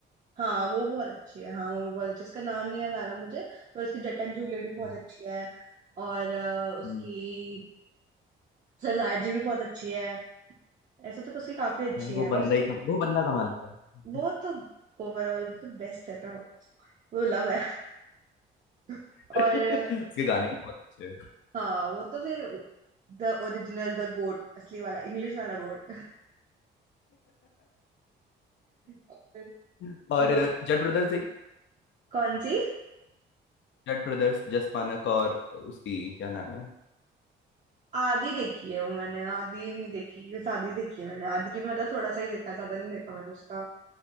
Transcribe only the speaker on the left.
हाँ
हम्म,
भाई
वो
बंदा
ही कम, वो बंदा कमाल का है
<laughs>
उसके गाने ही बहुत अच्छे हैं
<laughs> और
जट ब्रदर्स एक
जट ब्रदर्स जस मानक और उसकी क्या नाम है